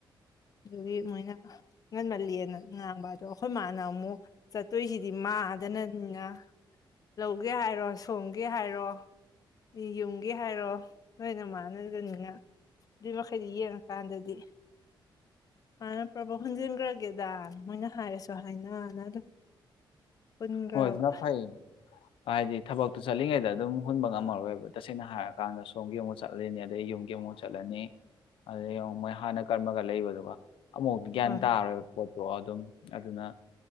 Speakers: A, on the left (about 45°); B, on the left (about 90°).
A: ꯑꯗꯨꯒꯤ ꯃꯣꯏꯅ ꯉꯟꯃꯜꯂꯤꯦꯅ ꯉꯥꯡꯕ ꯑꯗꯣ ꯑꯩꯈꯣꯏ ꯃꯥꯅꯕ ꯑꯃꯨꯛ ꯆꯠꯇꯣꯏꯁꯤꯗꯤ ꯃꯥꯗꯅꯅꯤꯅ ꯂꯧꯒꯦ ꯍꯥꯏꯔꯣ ꯁꯣꯝꯒꯦ ꯍꯥꯏꯔꯣ ꯌꯨꯝꯒꯦ ꯍꯥꯏꯔꯣ ꯅꯣꯏꯅ ꯃꯥꯟꯅꯗꯅꯤꯅ ꯑꯗꯨꯏ ꯃꯈꯩꯗꯤ ꯌꯦꯡꯉꯀꯥꯟꯗꯗꯤ ꯍꯥꯟꯅ ꯄ꯭ꯔꯕꯣ ꯍꯨꯟꯖꯤꯟꯈ꯭ꯔꯒꯦꯗ ꯃꯣꯏꯅ ꯍꯥꯏꯔꯁꯨ ꯍꯥꯏꯅꯅ ꯑꯗꯨꯝ ꯍꯨꯟꯈ꯭ꯔꯕ
B: ꯍꯣꯏ ꯑꯗꯨꯅ ꯐꯩꯌꯦ ꯍꯥꯏꯗꯤ ꯊꯕꯛꯇꯨ ꯆꯠꯂꯤꯉꯩꯗ ꯑꯗꯨꯝ ꯍꯨꯟꯕ ꯉꯝꯃꯔꯣꯏꯕ ꯇꯁꯦꯡꯅ ꯍꯥꯏꯔꯀꯥꯟꯗ ꯁꯣꯝꯒꯤ ꯑꯃꯨꯛ ꯆꯠꯂꯅꯤ ꯑꯗꯩ ꯌꯨꯝꯒꯤ ꯑꯃꯨꯛ ꯆꯠꯂꯅꯤ ꯑꯗꯩ ꯃꯣꯏ ꯍꯥꯟꯅ ꯀꯔꯝꯃꯒ ꯂꯩꯕꯗꯨꯒ ꯑꯃ ꯃꯛ ꯎꯗꯒꯌꯥꯟ
A: ꯍꯣꯏ
B: ꯇꯥꯔꯣꯏꯕꯣ ꯑꯣ ꯑꯗꯨꯝ ꯑꯗꯨꯅ